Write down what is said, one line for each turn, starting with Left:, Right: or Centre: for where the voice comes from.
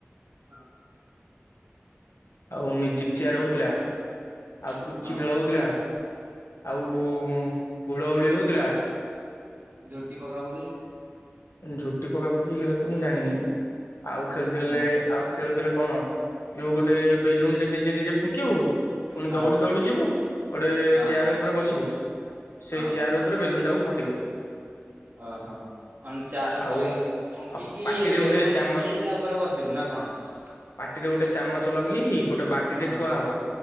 Right: ହଁ।
Left: ଆଉ ମିଜ୍ ଜିକଚିଆାର ହଉଥିଲା। ଆଉ
Right: ହଁ
Left: ପୁଚି ଖେଳ ହଉଥିଲା। ଆଉ
Right: ହଁ
Left: ହୁଳହୁଳି ହଉଥିଲା।
Right: ଝୋଟି ପକାପୁକି
Left: ଝୁଟି ପକାପୁକି ହେରେ ତ ମୁଁ ଜାଣିନି। ଆଉ ଖେଳୁଥିଲେ
Right: ହଁ ହଁ
Left: ଆଉ ଖେଳୁଥିଲେ କଣ? ଯୋଉ ଗୋଟେ ବେଲୁନ୍ ଟେ ନିଜେ ନିଜେ ଫୁଙ୍କିିବୁ। ପୁଣି
Right: ହଁ
Left: ଦୌଡ଼ି ଦୌଡ଼ି ଯିବୁ ଗୋଟେ
Right: ହଁ
Left: ଚେୟାର ଉପରେ ବସିବୁ। ସେ
Right: ହଁ
Left: ଚେୟାର ଉପରେ ବେଲୁନ୍ ଟାକୁ ଫଟେଇବୁ।
Right: ଓହୋ! ମାନେ ଚାର ଉପରେ
Left: ଆଉ
Right: ଫୁଙ୍କିକି
Left: ପାଟିରେ
Right: ବେଲୁନ୍
Left: ଗୋଟେ ଚାମଚ
Right: କୁୁ ଭିଡିକି ତା ଉପରେ ବସିବୁ। ନା କଣ?
Left: ପାଟିରେ ଗୋଟେ ଚାମଚ ଲଗେଇକି ଗୋଟେ ବାଟିଟେ
Right: ହଁ
Left: ଥୁଆ ହବ।